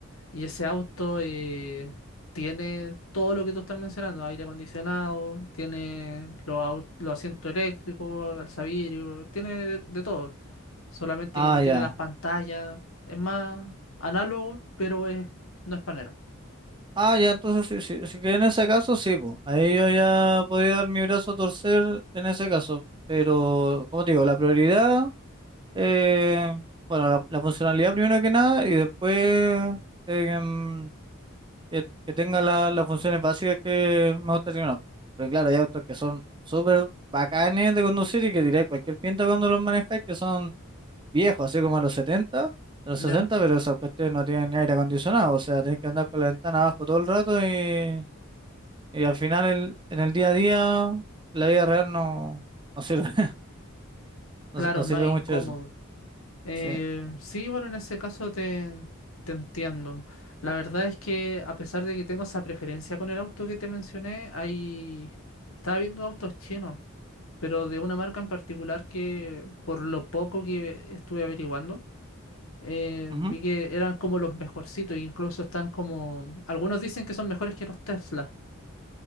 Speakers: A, on the left; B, on the right.
A: Y ese auto eh, tiene todo lo que tú estás mencionando: aire acondicionado, tiene los, au- los asientos eléctricos, alzavidrio, tiene de, de todo. Solamente
B: Ah,
A: que no tiene
B: ya.
A: las pantallas. Es más análogo, pero es, no es panero.
B: Ah, ya, entonces si, si, si que en ese caso, sí, po. Ahí yo ya podía dar mi brazo a torcer en ese caso. Pero, como te digo, la prioridad, eh, bueno, la, la funcionalidad primero que nada y después... em, que, que tenga la- las funciones básicas que me gustaría en un auto. Pero claro, hay autos que son súper bacanes de conducir y que diréis cualquier pinta cuando los manejáis, que son viejos, así como a los 70, a los
A: ¿Ya?
B: 60, pero esas cuestiones no tienen ni aire acondicionado, o sea, tenés que andar con la ventana abajo todo el rato y, y al final el- en el día a día, la vida real no, no sirve, <laughs>
A: Claro,
B: no, no
A: es
B: sirve
A: más incómodo.
B: mucho eso.
A: Eh,
B: Sí.
A: sí, bueno, en ese caso te, te entiendo. La verdad es que a pesar de que tengo esa preferencia con el auto que te mencioné, ahí estaba viendo autos chinos, pero de una marca en particular que por lo poco que estuve averiguando, eh,
B: Ujú.
A: vi que eran como los mejorcitos, e incluso están como... Algunos dicen que son mejores que los Tesla.